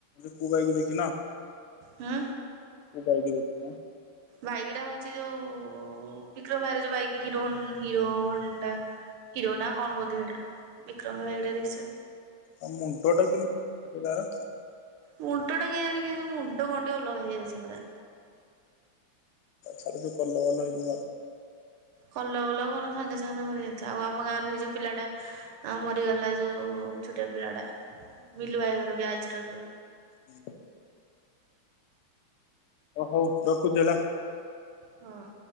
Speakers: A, on the left (about 85°); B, on the right (about 85°).
A: ଟୁକୁ ଭାଇ କୁ ଦେଖିନ?
B: ହୁଁ।
A: ମୁଁ କହିଥିଲି ଆ
B: ବାଇଗିଡା ହଉଛି ଯୋଉ ଉଁ ବିକ୍ରମ ଭାଇର ବାଇକି ହିରୋ ହିରୋଅଣ୍ଡା। ହିରୋହଣ୍ଡା କଣ କୋଧେ ହେଟା ବିକ୍ରମ ଭାଇ ଏଟା ଦେଇ
A: ଆଉ ମୁଣ୍ଡ ଟା କେମିତି ତାର
B: ମୁଣ୍ଡ ଟା କେୟାଣୀ ଜାଣିକି ମୁଣ୍ଡ ଗଣ୍ଡି ଅଲଗା ହେଇଯାଇଛି ପୁରା।
A: ଛାଡ ଯୋଉ କଲ ଭଲ ହେଇକି ମର
B: କଲ ଭଲ କଣ ସାଙ୍ଗେ ସାଙ୍ଗେ ମରିଯାଇଥା ଆଉ ଆମ ଗାଁରେ ହେଇ ଯୋଉ ପିଲାଟା। ଆ ମରିଗଲା ଯୋଉ ଛୋଟିଆ ପିଲା ଟା ବିଲୁ ଭାଇର ବ୍ୟାଚ ରୁ ଯୋଉ।
A: ହୁଁ ଓ ହଉ ରଖୁଛି ହେଲା।
B: ହଁ।